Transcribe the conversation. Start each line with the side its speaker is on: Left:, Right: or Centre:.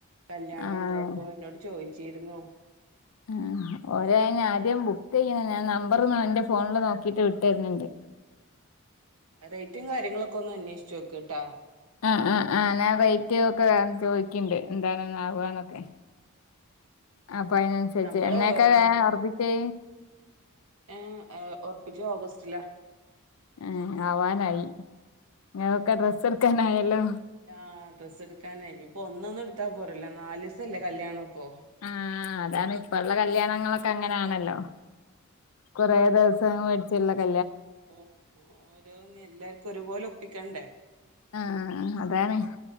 Right: കല്യാണംണ്ട്
Left: ആ
Right: അപ്പൊ
Left: ആ
Right: എന്നോട് ചോയിച്ചിരുന്നു
Left: ആഹ് ആദ്യം ബുക്ക് ചെയ്യാ ഞാൻ നമ്പർ എന്റെ ഫോണിൽ നോക്കിട്ട് വിട്ടര്ണണ്ട്
Right: റേറ്റും കാര്യങ്ങളൊക്കെ ഒന്ന് അന്വേഷിച്ചു നോക്ക്ട്ടാ
Left: ആ ആ ആ്ഞാൻ റേറ്റ് ഒക്കെ ചോദിക്കണ്ട് എന്താണന്ന ആകന്നൊക്കെ അപ്പൊ അതിനനുസരിച്ച്
Right: നമ്മള്
Left: എന്നൊക്കെ
Right: ആഹ്
Left: ഉറപ്പിച്ചേ
Right: ഏഹ് ഒറപ്പിച്ച് ഓഗസ്റ്റിലാ
Left: ആ ആവാനായി ഇങ്ങക്കൊക്കെ ഡ്രസ്സ് എടുക്കാനായല്ലോ
Right: ആ ഡ്രസ് എടുക്കാന ഇനിപ്പോ ഒന്നൊന്നു ട പോറല്ലോ നാലിസല്ലേ കല്യാണപ്പോ
Left: ആ അതാണ് ഇപ്പള്ള കല്യാണങ്ങളൊക്കെ അങ്ങനാണല്ലോ കുറേ ദിവസം മേടിച്ചില്ല ക
Right: ഓ ഓ ഓരോന്ന എല്ലാർക്കും ഒരുപോലെ ഒപ്പിക്കണ്ടേ
Left: ആ അതാണ്